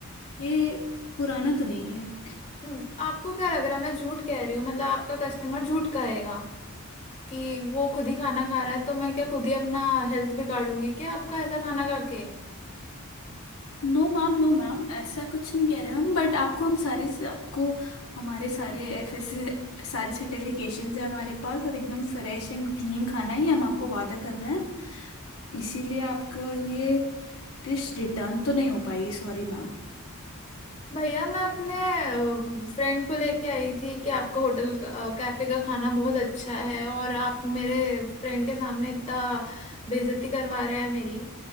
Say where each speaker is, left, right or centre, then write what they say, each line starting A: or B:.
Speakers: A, on the left; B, on the left.
A: ये पुराना तो नहीं है
B: हम्म, आपको क्या लग रहा है मैं झूठ कह रही हूँ मतलब आपका कस्टमर झूठ कहेगा कि वो खुद ही खाना खा रहा है तो मैं क्या खुद ही अपना हेल्थ बिगाड़ूंगी क्या आपका ऐसा खाना खा के
A: नो मैम नो मैम ऐसा कुछ नहीं कह रहे हम बट आपको हम सारे आपको हमारे सारे एफ एस सारे सर्टिफिकेशन है हमारे पास और एकदम फ्रेश एंड क्लीन खाना ही हम आपको वादा कर रहे हैं इसीलिए आपका ये डिश रिटर्न तो नहीं हो पाएगी sorry ma'am
B: भैया मैं अपने फ्रेंड को लेके आई थी कि आपका होटल कैफे का खाना बहुत अच्छा है और आप मेरे फ्रेंड के सामने इतना बेइज्जती करवा रहे हैं मेरी